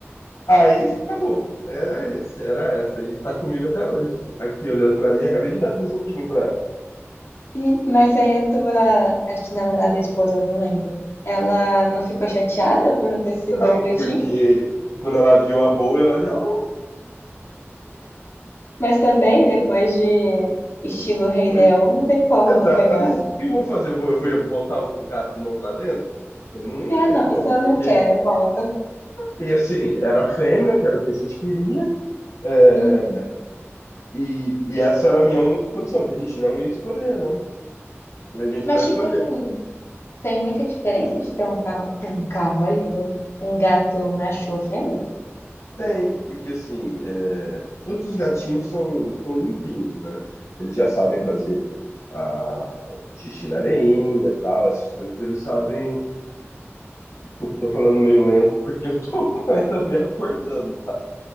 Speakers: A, on the left; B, on the left.
A: aí acabou. Era esse, era essa. E tá comigo até hoje. Aqui olhando pra mim, acabei de dar presuntinho pra ela.
B: E- Mas aí a tua, acho que namorada e esposa, não lembro. Ela não ficou chateada por não ter sido
A: Não,
B: pretinho?
A: porque quando ela viu a Bowie, ela já. "Oh,
B: Mas também, depois de estilo Rei
A: Pois,
B: Leão, não tem como
A: exatamente.
B: não pegar, né?
A: O que eu vou fazer? Eu vou, eu vou botar o gato de novo lá dentro? Eu não ia
B: Se, ah,
A: ter
B: não,
A: como,
B: você eu não
A: porque
B: quero, eu volto.
A: E assim, era fêmea, que era o que a gente queria, é,
B: Uhum.
A: e, e essa era a minha única condição, que a gente não ia escolher, né? A gente
B: Mas,
A: não escolheu.
B: tipo assim, Tem muita diferença de ter um carro, um carro, olha que louco, um gato macho ou fêmea?
A: Tem, porque assim, é, todos os gatinhos são, são limpinhos, né? Eles já sabem
B: Uhum.
A: fazer a, xixi na areinha, tal, essas coisas, eles sabem. Desculpa, eu tô falando meio lento, porque eu tô <laughs> ainda me acordando, tá?